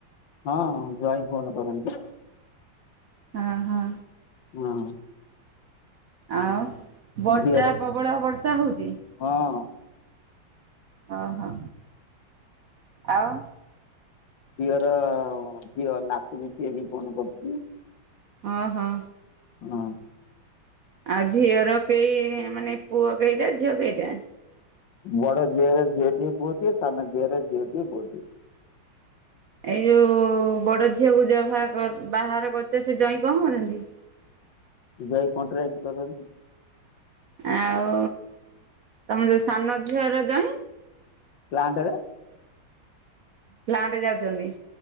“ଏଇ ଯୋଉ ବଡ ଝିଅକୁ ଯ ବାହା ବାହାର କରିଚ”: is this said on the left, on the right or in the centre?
Right